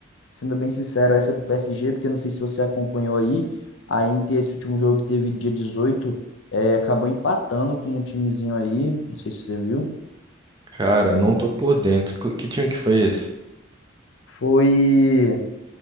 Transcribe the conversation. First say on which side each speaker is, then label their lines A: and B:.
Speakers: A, on the left; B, on the right.
A: Sendo bem sincero, essa é do PSG, porque eu não sei se você acompanhou aí, a Inter, esse último jogo que teve dia 18 é, acabou empatando com um timezinho aí, não sei se você viu.
B: Cara, não tô por dentro. Co- Que time que foi esse?
A: Foi,